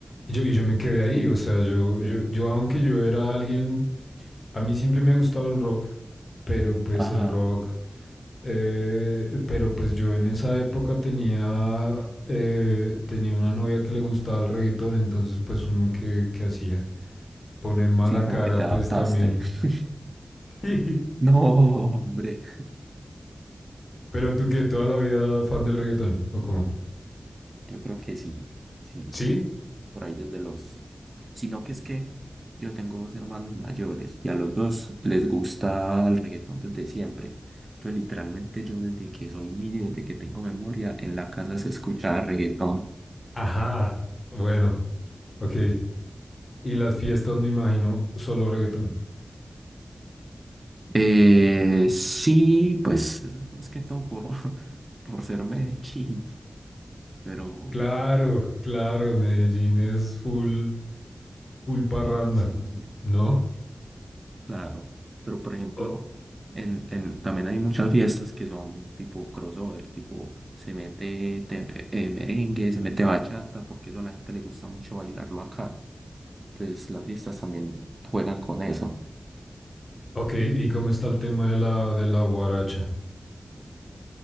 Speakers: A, on the left (about 50°); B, on the right (about 35°).
A: Y yo, y yo me quedé ahí,
B: Sí.
A: o sea, yo, yo, yo, aunque yo era alguien, a mí siempre me ha gustado el rock, pero pues
B: Ajá.
A: el rock Eh, eh, pero pues yo en esa época tenía, eh, tenía una novia que le gustaba el reggaetón, entonces pues uno que, que hacía poner mala
B: Sí, como
A: cara
B: que te
A: pues
B: adaptaste.
A: también.
B: <laughs>
A: <laughs>
B: No, hombre.
A: Pero tú que toda la vida fan del reggaetón, ¿o cómo?
B: Yo creo que sí. Sí,
A: ¿Sí?
B: por ahí desde los... Sino que es que yo tengo dos hermanos mayores y a los dos les gusta el reggaetón desde siempre. Entonces, literalmente yo desde que soy niño, desde que tengo memoria, en la casa se escuchaba reggaetón.
A: Ajá. Bueno, ok. Y las fiestas me imagino solo reggaetón.
B: Eh, sí, pues eso es más que todo por, <laughs> por ser Medellín, pero
A: Claro, claro, Medellín es full, full parranda,
B: sí,
A: ¿no?
B: claro. Pero por ejemplo,
A: O-
B: en, en- también hay muchas fiestas que son tipo crossover, tipo se mete te- eh, merengue, se mete bachata, porque eso a la gente le gusta mucho bailarlo acá. Entonces las fiestas también juegan con eso.
A: ok, ¿y cómo está el tema de la, de la guaracha?